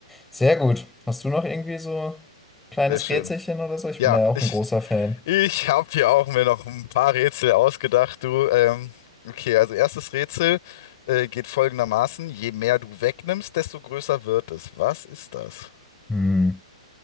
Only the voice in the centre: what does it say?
Sehr gut. Hast du noch irgendwie so ein kleines
Rätselchen oder so? Ich
bin da ja auch
ein großer Fan.
Hm.